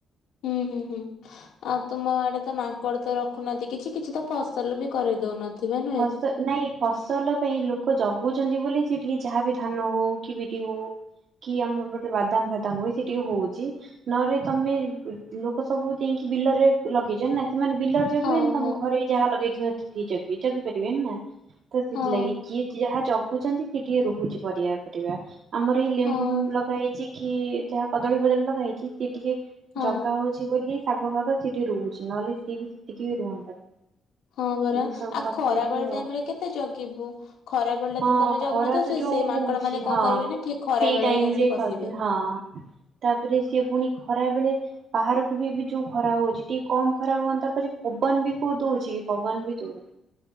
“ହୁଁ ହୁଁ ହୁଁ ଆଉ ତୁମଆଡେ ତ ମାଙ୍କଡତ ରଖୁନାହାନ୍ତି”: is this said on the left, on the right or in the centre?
Left